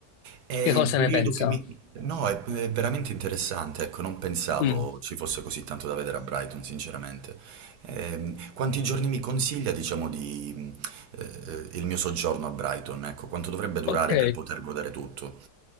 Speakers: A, on the right; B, on the left.
A: È il
B: Che cosa
A: periodo
B: ne pensa?
A: che mi... No, è, è veramente interessante, ecco, non pensavo
B: Mm.
A: ci fosse così tanto da vedere a Brighton, sinceramente. Ehm, quanti giorni mi consiglia, diciamo, di, eh, eh, il mio soggiorno a Brighton? Ecco, quanto dovrebbe durare
B: Ok,
A: per poter godere tutto?